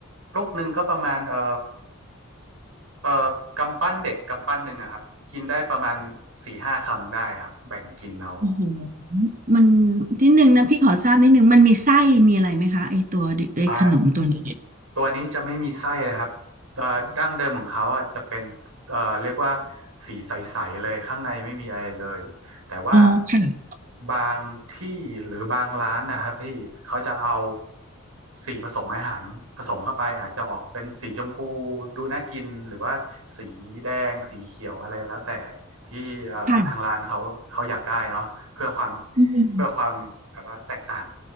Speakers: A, on the right (about 85°); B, on the right (about 35°).
A: ลูกหนึ่งก็ประมาณเอ่อเอ่อกำปั้นเด็กกำปั้นหนึ่งอะครับกินได้ประมาณสี่ห้าคำได้ครับแบ่งกินเอา
B: โอ้โหมันนิดนึงนะพี่ขอทราบนิดนึงมันมีไส้มีอะไรไหมคะไอตัวเด็กไอขนมตัวนี้
A: อ่า ตัวนี้จะไม่มีไส้เลยครับเอ่อดั้งเดิมของเขาอ่ะจะเป็นเอ่อเรียกว่าสีใสๆเลยข้างในไม่มีอะไรเลยแต่ว่า
B: อ๋อค่ะ
A: บางที่หรือบางร้านนะครับพี่เขาจะเอาสีผสมอาหารผสมเข้าไปอาจจะออกเป็นสีชมพูดูน่ากินหรือว่าสีแดงสีเขียวอะไรแล้วแต่ที่เอ่อทางร้านเขาเขาอยากได้เนาะเพื่อความ
B: ค่ะอืม
A: เพื่อความแบบว่าแตกต่าง